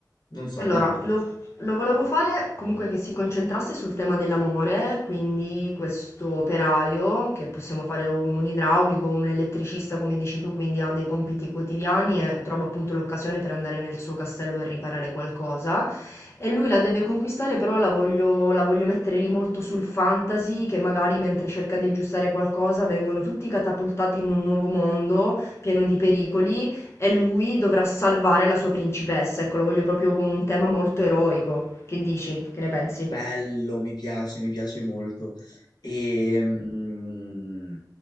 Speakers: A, on the left; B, on the left.
A: non so,
B: Allora,
A: dimmi,
B: lo, lo volevo fare comunque che si concentrasse sul tema dell'amore, quindi questo operaio, che possiamo fare un, un idraulico, un elettricista, come dici tu, quindi ha dei compiti quotidiani e trova appunto l'occasione per andare nel suo castello a riparare qualcosa. E lui la deve conquistare, però la voglio, la voglio mettere lì molto sul fantasy, che magari mentre cerca di aggiustare qualcosa vengono tutti catapultati in un nuovo mondo pieno di pericoli e lui dovrà salvare la sua principessa, ecco, lo voglio proprio con un tema molto eroico. Che dici? Che ne pensi?
A: bello, mi piace, mi piace molto. E mm,